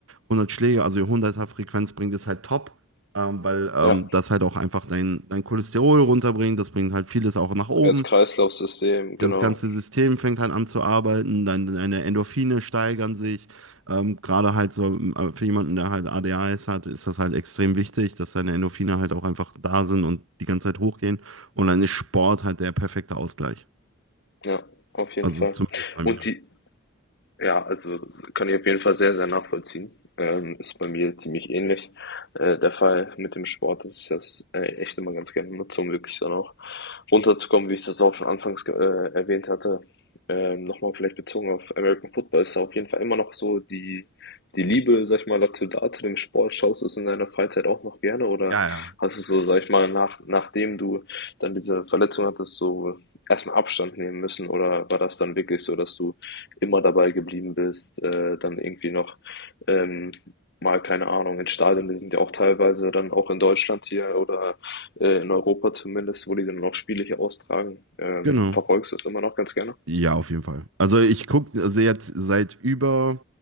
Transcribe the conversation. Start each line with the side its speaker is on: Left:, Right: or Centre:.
Right: 100 Schläge, also 100er Frequenz bringt, ist halt top. Ähm, weil ähm,
Left: Ja,
Right: das halt auch einfach dein, dein Cholesterol runterbringt. Das bringt halt vieles auch nach oben
Left: Herz-Kreislauf-System, genau.
Right: das ganze System fängt halt an zu arbeiten, deine, deine Endorphine steigern sich. Ähm, gerade halt so äh, für jemanden, der halt ADHS hat, ist das halt extrem wichtig, dass seine Endorphine halt auch einfach da sind und die ganze Zeit hochgehen. Und dann ist Sport halt der perfekte Ausgleich.
Left: Ja, auf jeden
Right: Also
Left: Fall.
Right: zumindest bei mir.
Left: Und die, Ja, also kann ich auf jeden Fall sehr, sehr nachvollziehen. Ähm, ist bei mir ziemlich ähnlich. Äh, der Fall mit dem Sport ist das äh, echt immer ganz gerne nutze, um wirklich dann auch runterzukommen, wie ich das auch schon anfangs ge- äh, erwähnt hatte. Ähm, nochmal vielleicht bezogen auf American Football ist da auf jeden Fall immer noch so die, die Liebe, sag ich mal, dazu da, zu dem Sport. Schaust du es in deiner Freizeit auch noch gerne oder
Right: Ja, ja.
Left: hast du so, sag ich mal, nach, nachdem du dann diese Verletzung hattest, so erstmal Abstand nehmen müssen oder war das dann wirklich so, dass du immer dabei geblieben bist, äh, dann irgendwie noch ähm, mal, keine Ahnung, in Stadien, die sind ja auch teilweise dann auch in Deutschland hier oder äh, in Europa zumindest, wo die dann auch Spiele hier austragen. Ähm,
Right: Genau.
Left: verfolgst du es immer noch ganz gerne?
Right: Ja, auf jeden Fall. Also ich gucke, also jetzt seit über,